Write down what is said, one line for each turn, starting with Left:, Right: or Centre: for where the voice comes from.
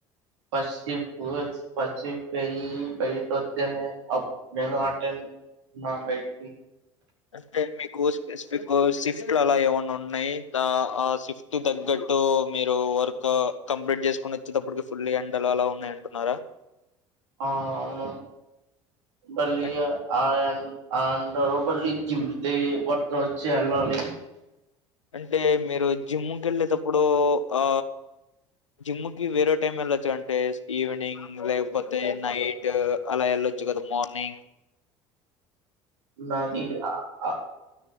Right: పసిపు పసిప్ అయి బయట వస్తేనే నేను ఆటైం బయట్
Left: అంటే కోస్ స్పెసిఫిక్ షిఫ్ట్లు అలా ఏమన్నా ఉన్నయి ద ఆ షిఫ్ట్ తగ్గట్టు మీరు వర్క్ కంప్లీట్ చేసుకుని, వచ్చేటప్పడుకి, ఫుల్ ఎండల్ అలా ఉన్నాయి అంటున్నారా.
Right: ఆ అవును మళ్ళి
Left: అం-
Right: ఆయాన్ అండర్ బల్లీ జిమ్తే వర్ వచ్చ అలో లి
Left: అంటే మీరు జిమ్కి వెళ్ళేటప్పుడు, ఆ జిమ్కి వేరే టైం వెళ్ళొచ్చు. అంటే ఈవినింగ్ లేకపోతే నైట్ అలా వెళ్ళొచ్చు కదా మార్నింగ్.
Right: నాది అ